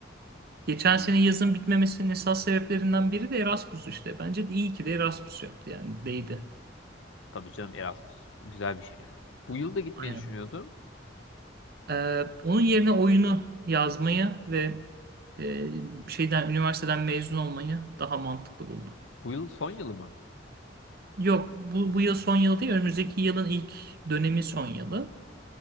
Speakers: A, on the right; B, on the left.
A: Geçen
B: Gerçekten.
A: sene yazın bitmemesinin esas sebeplerinden biri de Erasmus işte. Bence de iyi ki de Erasmus yaptı yani değdi.
B: tabii canım Erasmus güzel bir şey yani. Bu yıl da gitmeyi
A: Aynen.
B: düşünüyordum.
A: Ee, onun yerine oyunu yazmayı ve e, şeyden üniversiteden mezun olmayı daha mantıklı buldu.
B: Bu yıl son yılı mı?
A: Yok bu, bu yıl son yıl değil önümüzdeki yılın ilk dönemi son yılı.